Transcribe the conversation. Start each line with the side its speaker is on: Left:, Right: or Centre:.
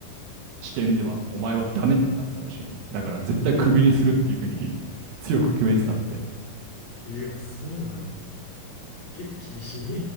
Right: 視点ではお前はダメってなってたらしいね。だから絶対クビにするっていうふうに <laughs> 強く決めてたって。
Left: えあ、そうなんや。結構厳しい。